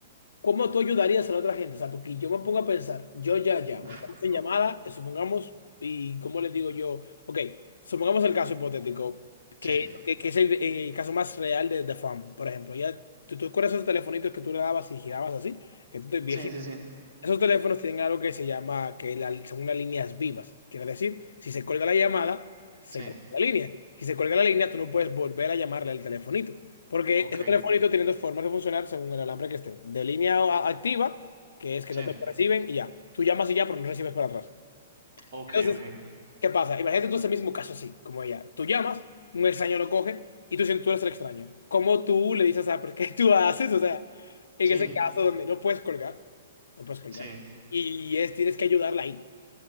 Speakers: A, on the left; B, on the right.
A: ¿Cómo tú ayudarías a la otra gente? O sea, porque yo me pongo a pensar, yo ya llamo,
B: Uf,
A: estamos
B: Qué
A: en
B: loco.
A: llamada, eh, supongamos, y cómo les digo yo, ok, supongamos el caso hipotético, que,
B: Sí.
A: que, que es el, el caso más real de, de Fan, por ejemplo, ya, ¿tú, tú recuerdas esos telefonitos que tú le dabas y girabas así? Que tú te viejito
B: Sí, sí, sí,
A: esos teléfonos tienen algo que se llama, que la, son unas líneas vivas. Quiere decir, si se cuelga la llamada, se
B: sí,
A: cuelga la línea. Si se cuelga la línea, tú no puedes volver a llamarle al telefonito. Porque
B: ok,
A: esos telefonitos tienen dos formas de funcionar según el alambre que esté. De línea a- activa, que es que
B: sí,
A: no te reciben y ya. Tú llamas y ya, pero no recibes para atrás.
B: ok,
A: Entonces,
B: ok,
A: ¿qué pasa? Imagínate tú ese mismo caso así, como ella. Tú llamas, un extraño lo coge y tú sientes tú eres el extraño. ¿Cómo tú le dices, ah, pero qué tú haces? O sea, en
B: sí,
A: ese caso donde no puedes colgar, no puedes colgar.
B: sí.
A: Y es, tienes que ayudarla ahí.